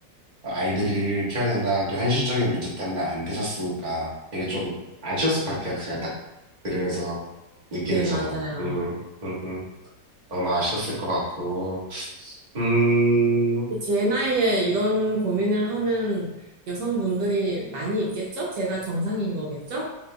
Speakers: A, on the right; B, on the right.
A: 아이들을 키워야 된다는 또 현실적인 문제 때문에 안 되셨으니까 되게 좀 아쉬웠을 것 같아요. 제가 딱 들으면서 느끼는
B: 네,
A: 점은.
B: 맞아요.
A: 음, 음, 음. 너무 아셨을 것 같고, 음,
B: 제 나이에 이런 고민을 하는 여성분들이 많이 있겠죠? 제가 정상인 거겠죠?